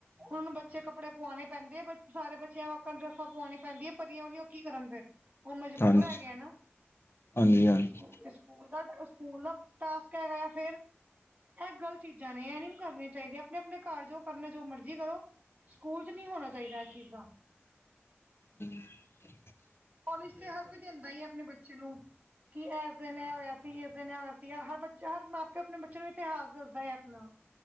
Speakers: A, on the right; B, on the left.
A: ਹੁਣ ਬੱਚੇ ਕੱਪੜੇ ਪੁਆਉਣੇ ਪੈਂਦੇ ਆ ਬ ਸਾਰੇ ਬੱਚਿਆਂ ਵਾ ਕਰਨ ਡਰੈੱਸਾਂ ਪੁਆਣੀ ਪੈਂਦੀਆਂ ਪਰੀਆਂ ਵਾਲੀਆਂ ਉਹ ਕੀ ਕਰਨ ਫੇਰ। ਉਹ ਮਜਬੂਰ
B: ਹਾਂਜੀ।
A: ਹੈਗੇ ਨਾ
B: ਹਾਂਜੀ ਹਾਂਜੀ।
A: ਸਕੂਲ ਦਾ, ਸਕੂਲ ਦਾ ਟਾਸਕ ਹੈਗਾ ਫਿਰ। ਇਹ ਗਲਤ ਚੀਜ਼ਾਂ ਨੇ। ਇਹ ਨੀ ਵੀ ਕਰਨੀਆਂ ਚਾਹੀਦੀਆਂ। ਆਪਣੇ ਆਪਣੇ ਘਰ ਜਾਉ ਕਰਨਾ ਏਂ, ਜੋ ਮਰਜ਼ੀ ਕਰੋ। ਸਕੂਲ ਚ ਨਹੀਂ ਹੋਣਾ ਚਾਹੀਦਾ ਇਹ ਚੀਜ਼ਾਂ।
B: ਹਠ <unintelligible> <unintelligible>
A: ਕਾਲਜ ਤੇ ਹਰ ਕੋਈ ਦਿੰਦਾ ਹੀਏ, ਆਪਣੇ ਬੱਚੇ ਨੂੰ। ਕਿ ਇਸ ਦਿਨ ਏ ਹੋਇਆ ਸੀ। ਇਸ ਦਿਨ ਏ ਹੋਇਆ ਸੀ। ਹਰ ਬੱਚਾ ਹਰ ਮਾਂ ਪਿਓ ਆਪਣੇ ਬੱਚਿਆਂ ਨੂੰ ਇਤਿਹਾਸ ਦੱਸਦਾ ਹੈ ਆਪਣਾ।